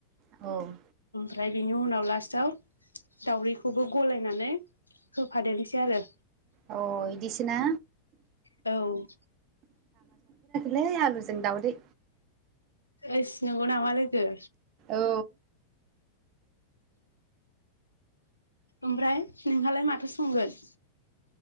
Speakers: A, on the right; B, on the left.
A: औ
B: ओमफ्राय बिनि उनाव लास्टाव दावदैखौबो गलायनानै होफादेरनोसै आरो
A: अ इदिसोना?
B: औ
A: लै आलुजों दाउदै।
B: ओइस नंगौ नामा लोगो?
A: औ
B: ओमफ्राय नोंहालाय माथो संगोन?